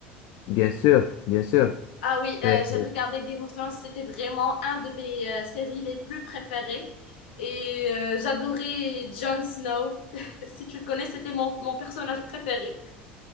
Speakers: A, on the left (about 60°); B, on the left (about 75°).
A: Bien sûr, bien sûr.
B: Ah oui, euh,
A: Mais,
B: j'ai regardé Game of Thrones. C'était vraiment un de mes euh, séries les plus préférées. Et euh, j'adorais Jon Snow. <laughs> Si tu le connais, c'était mon, mon personnage préféré.